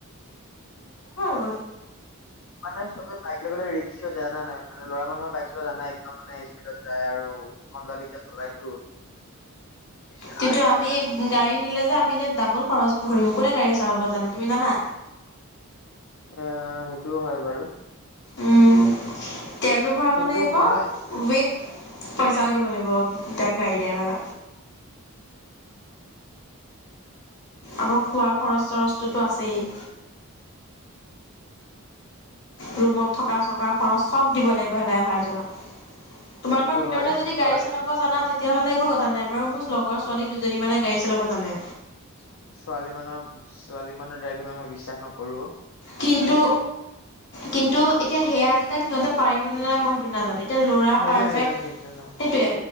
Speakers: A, on the left (about 50°); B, on the left (about 65°).
A: <unintelligible>
B: মানে চবে বাইকলৈ গ'লে য জানা নাই মানে লৰা মানুহৰ বাইক চলাই জানাই একদম মানে স্পীডত যায় আৰু ভণ্ডালিকা চলাইতো বেছি
A: কিন্তু
B: আৰু
A: আমি গাড়ী নিলে যে আমি যে ডাবুল খৰচ ভৰিম কোনে গাড়ী চাব জানে তুমি জানা।
B: এ সেইটোও হয় বাৰু।
A: উম, তেলো ভৰাব
B: কিন্তু
A: লাগিব
B: মানে
A: ৱেইট পইচাও দিব লাগিব তাক গাড়ী দাইভাৰ আকৌ খোৱা খৰচ চৰচটোতো আছেই ৰুমত থকা চকা খৰচ চব দিব লাগিব ড্ৰাইভাৰজনক তোমালোকৰ
B: সেইটোতো
A: ভিতৰতে
B: হয়
A: যদি গাড়ী
B: বাট
A: চলাব জানা তেতিয়াহ'লে একো জানাই বাৰু মোৰ লগৰ ছোৱালী দুজনী মানে গাড়ী চলাব জানে
B: ছোৱালী মানুৰ ছোৱালী মানৰ ড্ৰাইভিংত মই বিশ্বাস নকৰো। কৰো
A: কিন্তু কিন্তু এতিয়া সেয়া জেগাত সিহঁতে পাৰিবনে নাই মই সেইটো নাজানো। এতিয়া ল'ৰা
B: সেইটো
A: পাৰফেক্ট
B: ন সেইটো সেইটো নয়
A: সেইটোৱে